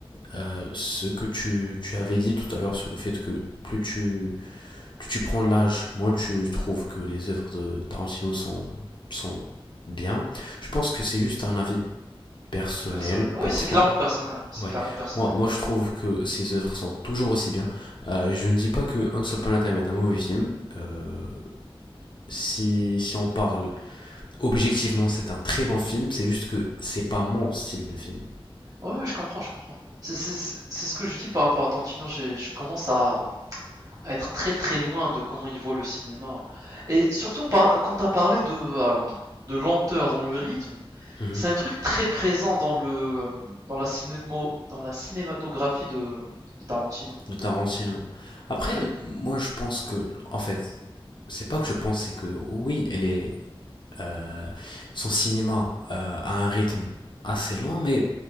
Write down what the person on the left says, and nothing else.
euh, ce que tu, tu avais dit tout à l'heure sur le fait que plus tu plus tu prends de l'âge, moins tu trouves que les œuvres de Tarantino sont, sont bien. Je pense que c'est juste un avis personnel
pour
soi.
Ouais.
Moi, moi, je trouve que ses œuvres sont toujours aussi bien. Euh, je ne dis pas que Once Upon a Time est un mauvais film. Euh, si, si on parle objectivement, c'est un très bon film. C'est juste que c'est pas mon style de film
Mhm.
de Tarantino. Après,
moi, je pense que, en fait, c'est pas que je pense, c'est que oui, elle est euh, son cinéma euh, a un rythme assez lent, mais